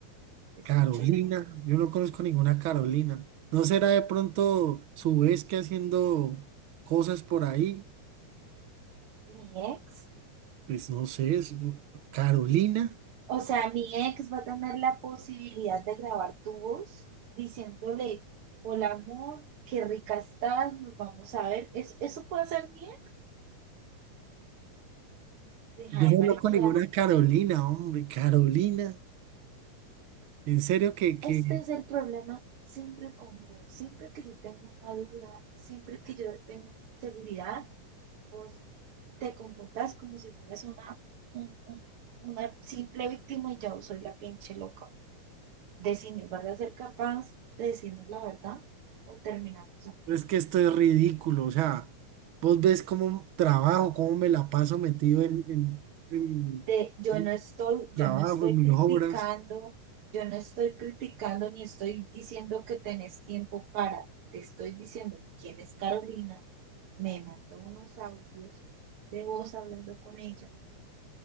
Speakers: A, on the right (about 55°); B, on the right (about 75°).
A: te escucho,
B: Carolina,
A: Jonathan.
B: yo no conozco ninguna Carolina. ¿No será de pronto su vez que haciendo cosas por ahí?
A: Mi ex,
B: Pues no sé, es- Carolina.
A: o sea, mi ex va a tener la posibilidad de grabar tu voz diciéndole, hola amor, qué rica estás, nos vamos a ver. ¿Es- ¿Eso puede ser bien? Deja
B: Yo no
A: de
B: conozco
A: mariquear.
B: ninguna Carolina, hombre, Carolina. En serio que, que
A: Este es el problema siempre con vos. Siempre que yo tengo una duda, siempre que yo tengo una inseguridad, vos te comportas como si fueras una, un- un- una simple víctima y yo soy la pinche loca. Decime, ¿vas a ser capaz de decirnos la verdad o terminamos aquí?
B: Es que esto es ridículo, o sea, vos ves cómo trabajo, cómo me la paso metido en, en, en
A: Te- yo
B: mi
A: no estoy,
B: trabajo,
A: yo no estoy
B: en mis
A: criticando,
B: obras.
A: yo no estoy criticando ni estoy diciendo que tenés tiempo para, te estoy diciendo quién es Carolina, me mandó unos audios de voz hablando con ella,